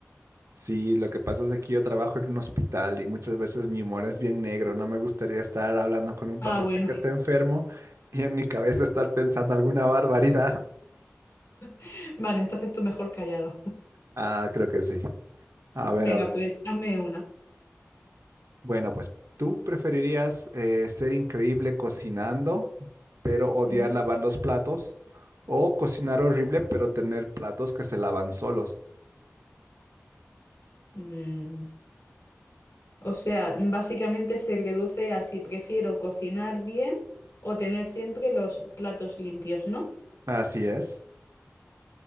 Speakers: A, on the right; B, on the left.
A: Sí, lo que pasa es que yo trabajo en un hospital y muchas veces mi humor es bien negro. No me gustaría estar hablando con un
B: Ah,
A: paciente
B: bueno.
A: que está enfermo y en mi cabeza estar pensando alguna barbaridad. <laughs>
B: <laughs> Vale, entonces tú mejor callado.
A: Ah, creo que sí.
B: <laughs>
A: A ver,
B: Venga,
A: a ver.
B: pues hazme una.
A: Bueno, pues tú preferirías eh, ser increíble cocinando, pero odiar
B: Sí.
A: lavar los platos, o cocinar horrible, pero tener platos que se lavan solos.
B: Mm, O sea, básicamente se reduce a si prefiero cocinar bien o tener siempre los platos limpios, ¿no?
A: Así es.